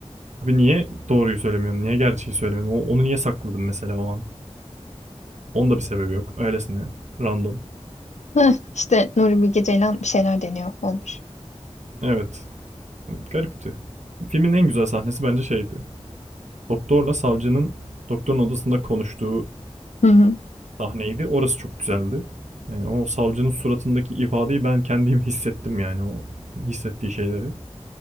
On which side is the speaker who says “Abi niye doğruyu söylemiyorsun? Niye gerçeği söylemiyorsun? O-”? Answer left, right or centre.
Right